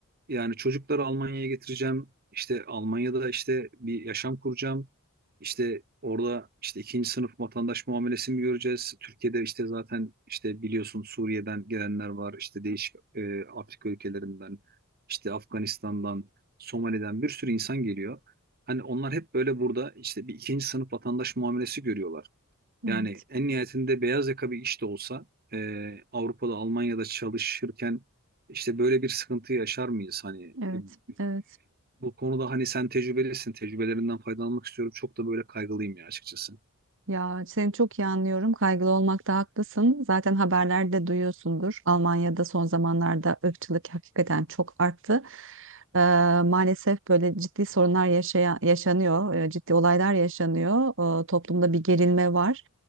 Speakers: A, on the right (about 45°); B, on the right (about 60°).
A: Yani çocukları Almanya'ya getireceğim. İşte Almanya'da işte bir yaşam kuracağım. İşte orada işte ikinci sınıf vatandaş muamelesi mi göreceğiz? Türkiye'de işte zaten işte biliyorsun Suriye'den gelenler var. İşte değişik e, Afrika ülkelerinden, işte Afganistan'dan, Somali'den bir sürü insan geliyor. Hani onlar hep böyle burada işte bir ikinci sınıf vatandaş muamelesi görüyorlar. Yani
B: Evet,
A: en nihayetinde beyaz yaka bir iş de olsa e, Avrupa'da, Almanya'da çalışırken işte böyle bir sıkıntı yaşar mıyız? Hani
B: evet,
A: e,
B: evet.
A: bu konuda hani sen tecrübelisin, tecrübelerinden faydalanmak istiyorum. Çok da böyle kaygılıyım ya açıkçası.
B: Ya seni çok iyi anlıyorum. Kaygılı olmakta haklısın. Zaten haberlerde duyuyorsundur. Almanya'da son zamanlarda ırkçılık hakikaten çok arttı. Ee, maalesef böyle ciddi sorunlar yaşaya- yaşanıyor, Ee, ciddi olaylar yaşanıyor. Ee, toplumda bir gerilme var.